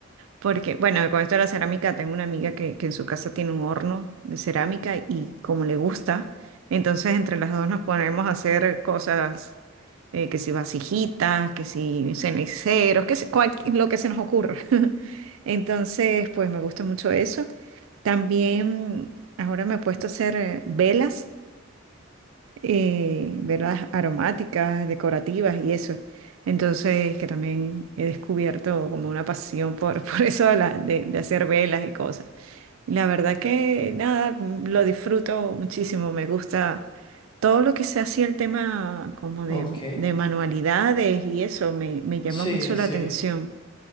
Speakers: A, on the right (about 75°); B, on the left (about 25°).
A: Porque, bueno, con esto de la cerámica, tengo una amiga que, que en su casa tiene un horno de cerámica y como le gusta, entonces entre las dos nos ponemos a hacer cosas, eh, que si vasijitas, que si ceniceros, que si, cual- lo que se nos ocurra. <laughs> Entonces, pues me gusta mucho eso. También ahora me he puesto a hacer eh, velas eh, ¿verdad? Aromáticas, decorativas y eso. Entonces, que también he descubierto como una pasión por, <laughs> por eso de, la- de- de hacer velas y cosas. Y la verdad que nada, lo disfruto muchísimo, me gusta todo lo que se hacía el tema como de,
B: Ok,
A: de manualidades y eso me, me llama
B: sí,
A: mucho la
B: sí,
A: atención.